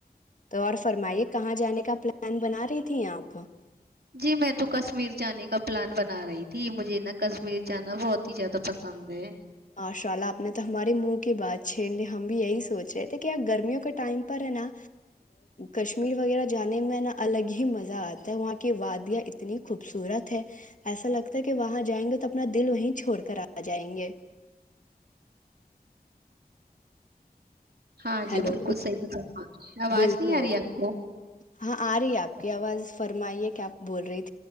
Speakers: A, on the left; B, on the right.
A: تو اور فرمائیے کہاں جانے کا پلان بنا رہی تھھی آپ
B: جی میں تو کشمیر جانے کا پلان بنا رہی تھی مجھے نا کشمیر جانا بہت ہی زیادہ پسند ہے
A: ماشاء اللہ آپ نے تو ہمارے منہ کی بات چھیڑ لی ہم بھی یہی سوچ رہے تھے کہ گرمیوں کے ٹائم پر ہے نا کشمیر وغیرہ جانے میں نا الگ ہی مزہ آتا ہے وہاں کی وادیاں اتنی خوبصورت ہے ایسا لگتا ہے کہ وہاں جائیں گے تو اپنا دل وہیں چھوڑ کر آ جائیں گے
B: ہاں
A: ہیلو
B: جی بالکل صحیح بتا آواز
A: بالکل
B: نہیں آ رہی آپ کو
A: ہاں آ رہی ہے آپ کی آواز فرمائیے کیا بول رہی ت